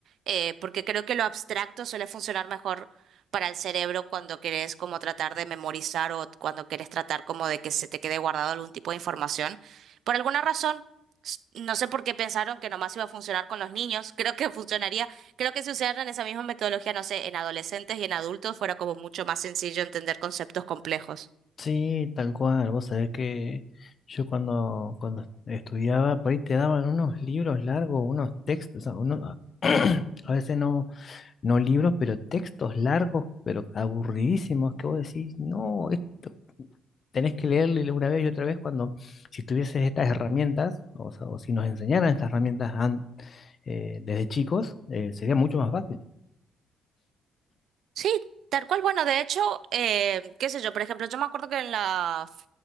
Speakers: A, on the right; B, on the left.
A: eh, porque creo que lo abstracto suele funcionar mejor para el cerebro cuando querés como tratar de memorizar o cuando querés tratar como de que se te quede guardado algún tipo de información. Por alguna razón, s- no sé por qué pensaron que nomás iba a funcionar con los niños, <laughs> creo que funcionaría, creo que si usaran esa misma metodología, no sé, en adolescentes y en adultos fuera como mucho más sencillo entender conceptos complejos.
B: sí, tal cual. Vos sabés que yo cuando, cuando est- estudiaba, por ahí te daban unos libros largos, unos textos, o sea, uno- <clears throat> a veces no no libros, pero textos largos, pero aburridísimos, que vos decís, no, esto tenés que leerlo y una vez y otra vez cuando si tuvieses estas herramientas, o sea, o si nos enseñaran estas herramientas an- eh, desde chicos, eh, sería mucho más fácil.
A: Sí, tal cual, bueno, de hecho, eh, qué sé yo, por ejemplo, yo me acuerdo que en la...